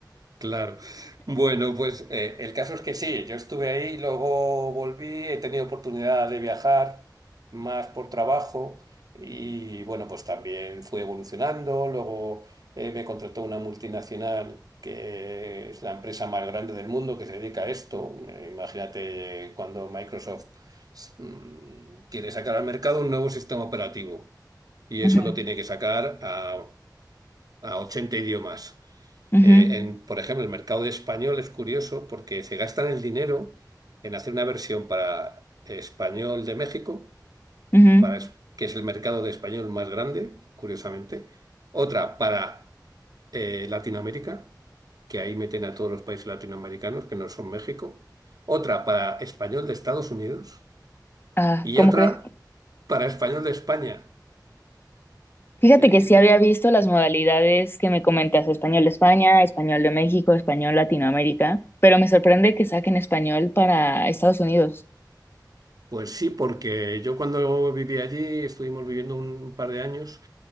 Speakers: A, on the right; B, on the left.
A: Claro. Bueno, pues eh, el caso es que sí, yo estuve ahí, luego volví, he tenido oportunidad de viajar más por trabajo y bueno, pues también fui evolucionando, luego eh, me contrató una multinacional que es la empresa más grande del mundo que se dedica a esto. Eh, Imagínate cuando Microsoft mm, quiere sacar al mercado un nuevo sistema operativo y
B: Ujú,
A: eso lo tiene que sacar a, a 80 idiomas.
B: ujú,
A: Eh, en, por ejemplo, el mercado español es curioso porque se gastan el dinero en hacer una versión para español de México,
B: ujú.
A: para, es- que es el mercado de español más grande, curiosamente. Otra para eh, Latinoamérica, que ahí meten a todos los países latinoamericanos que no son México. Otra para español de Estados Unidos
B: Ah,
A: y
B: ¿cómo
A: otra
B: crees?
A: para español de España.
B: Fíjate
A: Eh,
B: que sí había visto las modalidades que me comentas, español de España, español de México, español Latinoamérica, pero me sorprende que saquen español para Estados Unidos.
A: pues sí, porque yo cuando viví allí estuvimos viviendo un par de años.